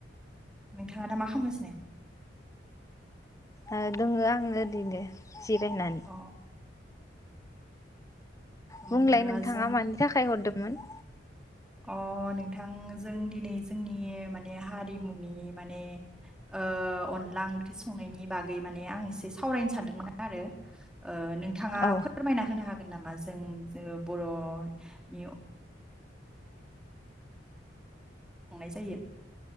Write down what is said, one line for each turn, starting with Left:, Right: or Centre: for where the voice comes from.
Centre: नोंथाङा दा मा खामगासिनो?
Left: ओ दङो आङो ओरैनो जिरायनानै
Centre: अ होमबा
Left: बुंलाय नोंथाङा
Centre: जों
Left: मानि थाखाय हरदोंमोन
Centre: अ नोंथां जों दिनै जोंनि माने हारिमुनि माने ओ अनला ओंख्रि संनायनि बागै माने आं एसे सावरायनो सानदोंमोन आरो ओ नोंथाङा
Left: औ
Centre: फोरमायना होनो हागोन नामा जों जोङो बर'नि संनाय जायो